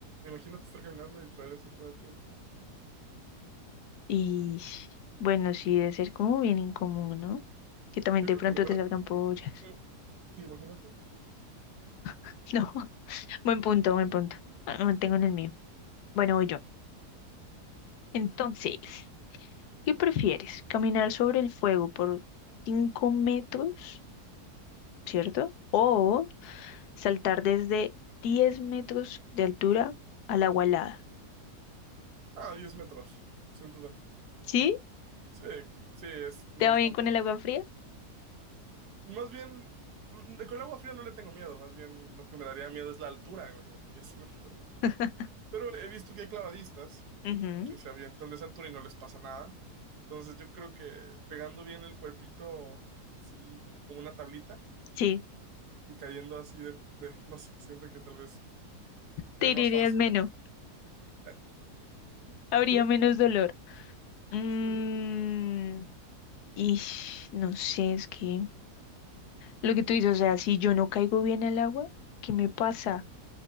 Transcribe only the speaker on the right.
imagínate estar caminando y traer eso todo el tiempo.
Yo
creo
que a lo mejor.
y- y- Sí, imagínate.
Ah, diez metros, sin duda.
Sí, sí, es, no
es
tanto.
Más bien, mm, con el agua fría no le tengo miedo, más bien lo que me daría miedo es la altura, imagínate, 10 metros.
Pero he visto que hay clavadistas
que se avientan de esa altura y no les pasa nada. Entonces yo creo que pegando bien el cuerpito así como una tablita
y cayendo así de, de- <laughs> no sé, siento que tal vez sería
más fácil.
¿no? Eh,
¿Tú?
Sí,